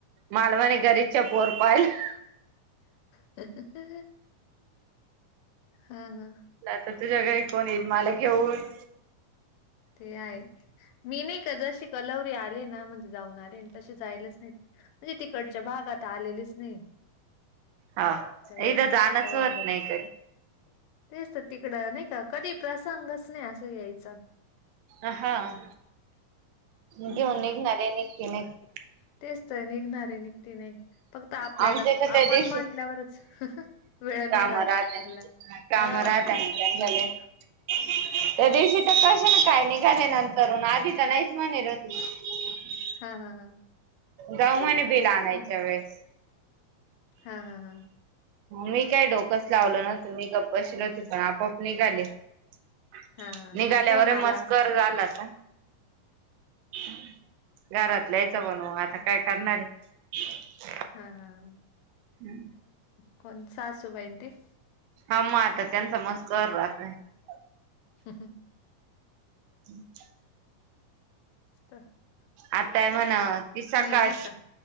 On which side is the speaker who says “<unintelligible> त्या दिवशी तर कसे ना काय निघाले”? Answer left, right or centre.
Right